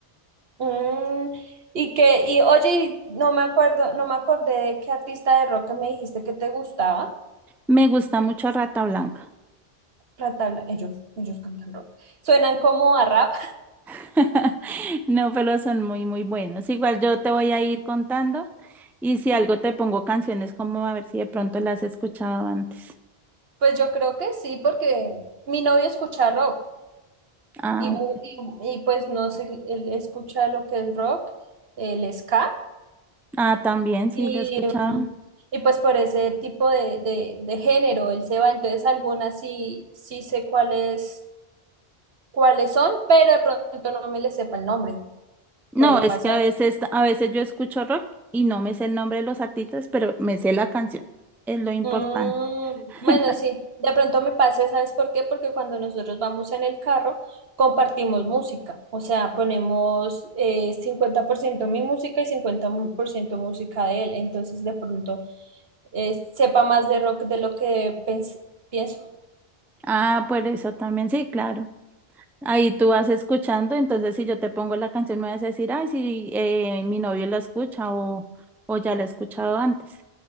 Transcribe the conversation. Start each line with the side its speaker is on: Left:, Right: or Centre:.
Right: Mm, y que, y oye, y no me acuerdo, no me acordé de qué artista de rock que me dijiste que te gustaba.
Centre: Me gusta mucho Rata Blanca.
Right: Ratabla, ellos, ellos cantan rock. Suenan como a rap.
Centre: <laughs> No, pero son muy, muy buenos. Igual yo te voy a ir contando y si algo te pongo canciones como a ver si de pronto las has escuchado antes.
Right: Pues yo creo que sí, porque mi novio escucha rock
Centre: Ah,
Right: y, mu-
Centre: ok.
Right: y, y pues no sé, él escucha lo que es rock, el ska,
Centre: Ah, también sí
Right: y,
Centre: lo he escuchado.
Right: mm, y pues por ese tipo de, de, de género él se va, entonces algunas sí, sí sé cuáles, cuáles son, pero de pronto no me le sepa el nombre,
Centre: No,
Right: puede
Centre: es
Right: pasar.
Centre: que a veces, a veces yo escucho rock y no me sé el nombre de los artistas, pero me sé la canción. Es lo importante.
Right: Mm,
Centre: <laughs>
Right: bueno, sí, de pronto me pase, ¿sabes por qué? Porque cuando nosotros vamos en el carro, compartimos música, o sea, ponemos eh, 50% mi música y 50% música de él, entonces de pronto eh, sepa más de rock de lo que pens- pienso.
Centre: Ah, por eso también, sí, claro. Ahí tú vas escuchando, entonces si yo te pongo la canción me vas a decir, ay, sí, eh, mi novio la escucha o, o ya la he escuchado antes.